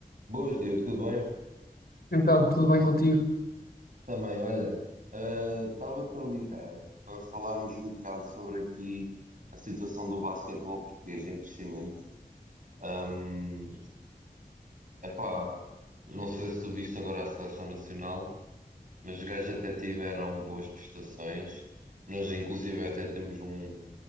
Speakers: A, on the right; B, on the left.
A: Boas, Diogo, tudo bem?
B: Então, tudo bem contigo?
A: Também, olha, ah, estava-te a ligar para falarmos um bocado sobre aqui a situação do basquetebol português em crescimento. Ahm, epá, não sei se tu viste agora a seleção nacional, mas os gajos até tiveram boas prestações. Nós, inclusive, até temos um,